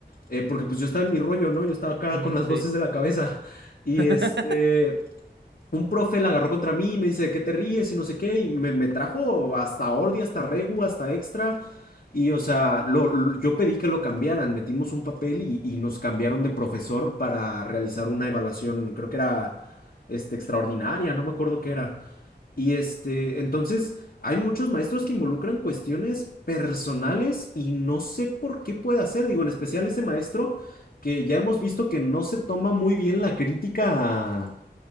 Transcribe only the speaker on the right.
Ujú,
sí.
<laughs>